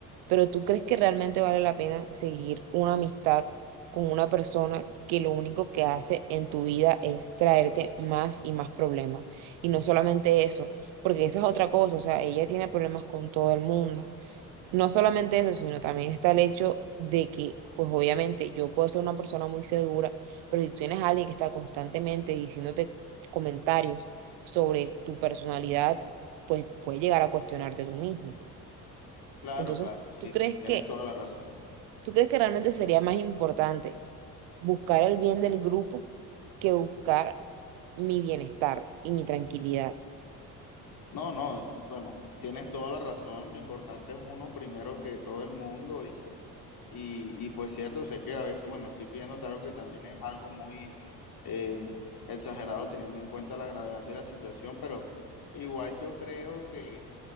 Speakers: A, on the right; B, on the left.
A: pero ¿tú crees que realmente vale la pena seguir una amistad con una persona que lo único que hace en tu vida es traerte más y más problemas? Y no solamente eso, porque esa es otra cosa, o sea, ella tiene problemas con todo el mundo. No solamente eso, sino también está el hecho de que, pues obviamente yo puedo ser una persona muy segura, pero si tú tienes a alguien que está constantemente diciéndote comentarios sobre tu personalidad, pues puede llegar a cuestionarte tú mismo.
B: Claro,
A: Entonces,
B: claro, sí,
A: ¿tú crees
B: tienes
A: que,
B: toda la razón.
A: tú crees que realmente sería más importante buscar el bien del grupo que buscar mi bienestar y mi tranquilidad?
B: No, no, bueno, tienes toda la razón. Lo importante es uno primero que todo el mundo y, y, y pues cierto, sé que a veces, bueno, estoy pidiendo algo que también es algo muy eh, exagerado teniendo en cuenta la gravedad de la situación, pero igual yo creo que,